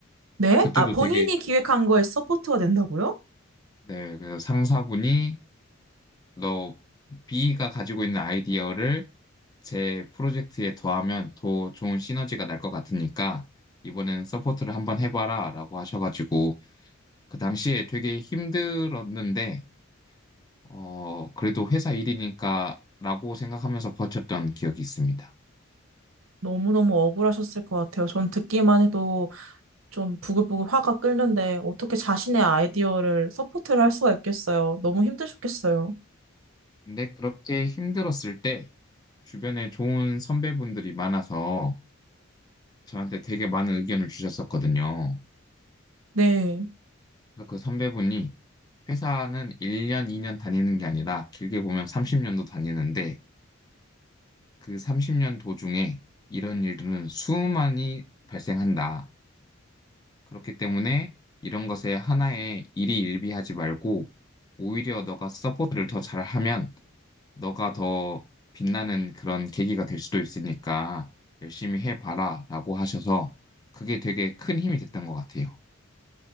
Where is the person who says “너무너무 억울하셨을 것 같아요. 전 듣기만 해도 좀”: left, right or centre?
Right